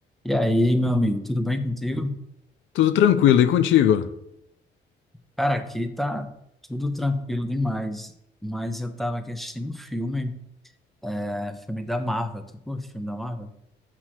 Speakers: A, in the centre; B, on the left.
A: E aí, meu amigo, tudo bem contigo?
B: Tudo tranquilo, e contigo?
A: Cara, aqui tá tudo tranquilo demais, mas eu tava aqui assistindo um filme, é, filme da Marvel, tu curte filme da Marvel?